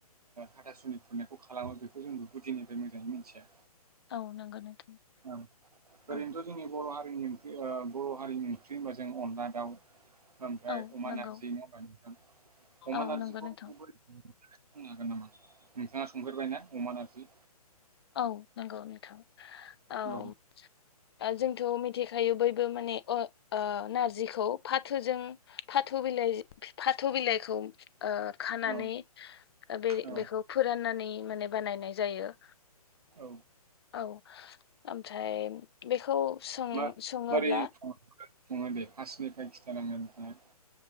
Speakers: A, on the right; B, on the left.
A: हाथासुनि खुंनायखौ खालामो बेखौ जोंबो गुदिनिफ्राय मोजाङै मिथिया
B: औ नंगौ नोंथां
A: औ
B: औ
A: ओरैनोथ' जोंनि बर' हारि नि ओं बर' हारिनि ओंख्रि होनबा जों अनला दाउ ओमफ्राय
B: औ
A: अमा
B: नंगौ
A: नारजि नङा होमबा नोंथां अमा
B: औ
A: नारजिखौ
B: नंगौ नोंथां
A: बोरै बुंनो हागोन नामा नोंथाङा संफेरबाय ना अमा नारजि
B: औ नंगौ नोंथां औ
A: औ
B: जोंथ' मिथिखायो बयबो माने ओ नारजिखौ फाथोजों फाथो बिला य फाथो बिलाइखौ ओ खानानै
A: औ
B: बे
A: औ
B: बेखौ फोराननानै माने बानायनाय जायो
A: औ
B: औ ओमफ्राय बेखौ सं
A: मा
B: सङोब्ला
A: मारै सङो सङो दे फार्स्टनिफ्राय खिथालांदो नोंथाङा